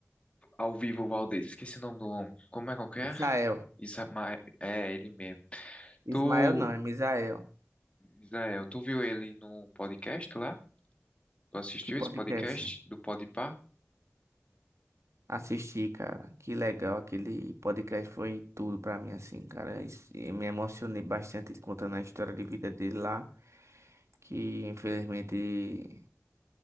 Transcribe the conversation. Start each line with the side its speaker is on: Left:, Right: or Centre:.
Left: ao vivo Valdez. Esqueci o nome do homem. Como é que é?
Right: Misael.
Left: Isamael, é ele mesmo.
Right: Ismael
Left: Tu,
Right: não, é Misael.
Left: Israel, tu viu ele no podcast lá? Tu assistiu
Right: Que podcast?
Left: esse podcast do Podpah?
Right: Assisti, cara. Que legal. Aquele podcast foi tudo pra mim, assim, cara. Isso- e Me emocionei bastante ele contando a história de vida dele lá. Que infelizmente